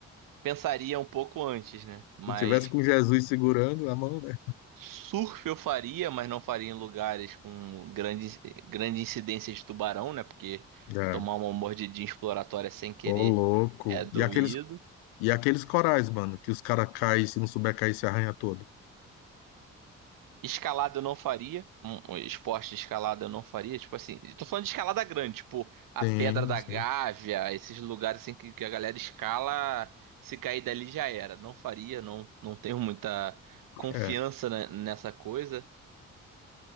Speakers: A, on the right; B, on the left.
A: pensaria um pouco antes, né? Mas
B: se tivesse com Jesus segurando a mão, né?
A: surf eu faria, mas não faria em lugares com grande, grande incidência de tubarão, né? Porque
B: É.
A: tomar uma mordidinha exploratória sem querer
B: Ô, louco.
A: é doído.
B: E aqueles, e aqueles corais, mano, que os caras caem, se não souber cair, se arranha todo.
A: Escalada eu não faria. Um um esporte de escalada eu não faria. Tipo assim, eu tô falando de escalada grande, tipo a
B: Sim,
A: Pedra da
B: sim.
A: Gávea, esses lugares assim que, que a galera escala, se cair dali já era. Não faria, não, não tenho muita confiança
B: É,
A: ne- nessa coisa.